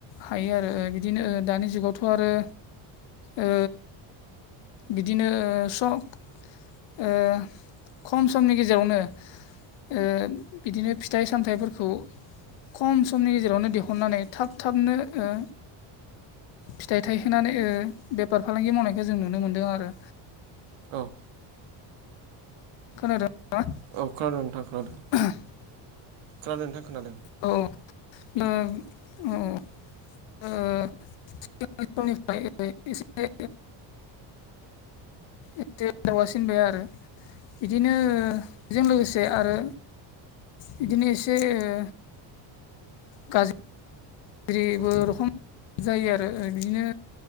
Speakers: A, on the left; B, on the right.
A: हायो आरो ओ बिदिनो दानि जुगावथ' आरो ओ बिदिनो ओ सक ओ खम समनि गेजेरावनो ओ बिदिनो फिथाइ-सामथाइफोरखौ खम समनि गेजेरावनो दिहुननानै थाब थाबनो ओ फिथाइ थायहोनानै ओ बेफार फालांगि मावनायखो जों नुनो मोन्दों आरो
B: औ
A: खोनादों ना?
B: औ खोनादों नोंथां खोनादों।
A: <unintelligible>
B: खोनादों नोंथां खोनादों
A: औ ओं औ ओ सिगां समनिफ्राय इसे एसे दावगासिनबाय आरो बिदिनो बेजों लोगोसे आरो बिदिनो एसे ओ गाज रिबो रखम जायो आरो बिदिनो